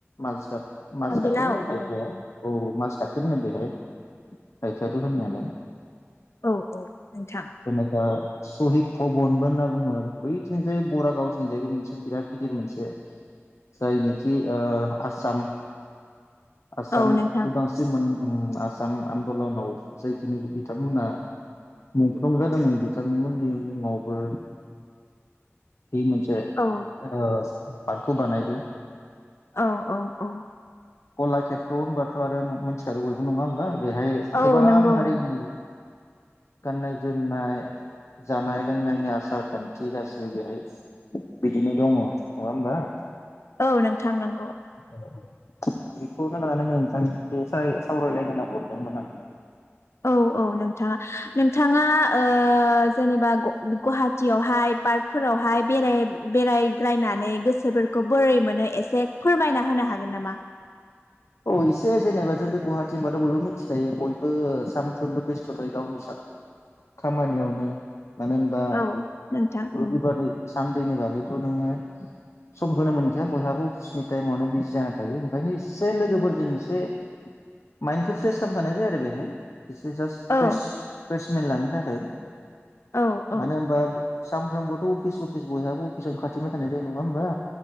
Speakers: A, on the left; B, on the left.
A: मालसार मासबाटखोनो
B: आगोलाव
A: होनखायो
B: औ
A: बे
B: औ
A: औ मास साखोननो बेहाय ओस बेथ' होननायानो
B: औ औ नोंथां
A: बेनोखा सहिद भबनबो होनना बुंङो बैथिंजाय बरागावथिंजायबो मोनसे बिराद गिदिर मोनसे जायनिखि ओ आसाम आसाम
B: औ नोंथां
A: उदांस्रिमोन। उम आसाम आन्दलनाव जायखिनि बिथांमोनहा मुंख्लं जादोंमोन बिथांमोननि मुंङावबो बे मोनसे
B: औ
A: ओस पार्कखौ बानायदों।
B: औ औ औ
A: कलाखेत्र' होनबाथ' आरो नं मोनथिखागौ बयबो नङा होमबा बेहाय
B: औ
A: गोबां
B: नोंगौ
A: हारिनि
B: नोंगौ।
A: गाननाय जोमनाय जानाय लोंनायनि आसार खान्थि गासिबो बेहाय बिदिनो दङ नङा होमबा?
B: औ नोंथां नों
A: <unintelligible> बेखौनो लानानै नोंथांनिसिम सावराय सावरायलायनो होनना हरदोंमोन आं।
B: औ औ नोंथाङा नोंथाङा ओ जेनेबा ग गवाहाटियावहाय पार्कफोरावहाय बेराय बेरायग्रायनानै गोसोफोरखौ बोरै मोनो एसे फोरमायना होनो हागोन नामा?
A: औ एसे जेनेबा जोंथ' गुवाहाटि होनबाथ' बयबो मिथिखायो बयबो सानफ्रोमबो बेस्थ' थायो गावनि सा खामानियावनो। मानो होनबा
B: औ नोंथां
A: रबिबारनि
B: उम
A: सानदेनि बागै थ' नोङो सम होनो मोनखाया बयहाबो अफिसनि टाइमावनो बिजि जानानै थायो ओंखायनो इस से लोगोफोरजों एसे माइन्डखौ फ्रेस खालामनो थांनाय जायो आरो बेहाय। एसे जास्ट
B: औ
A: फ्रेस फ्रेस मेन्ड लानो। थाखाय
B: औ औ
A: मानो होनबा सानफ्रोमबोथ' अफिस अकिस बयहाबो अफिसाव खाथिबाय थानाय जायो नङा होमबा?